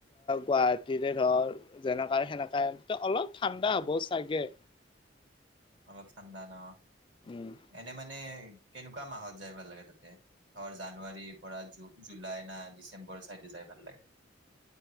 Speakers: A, on the left; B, on the right.
A: গুৱাহাটীতে ধৰ যেনেকা সেনেকাই অলপ ঠাণ্ডা হ'ব চাগে
B: <inaudible> অলপ ঠাণ্ডা ন'
A: উম
B: এনে মানে কেনেকুৱা মাহত যাই ভাল লাগে তাতে ধৰ জানুৱাৰীৰ পৰা জুলাই না ডিচেম্বৰ চাইডে যাই ভাল লাগে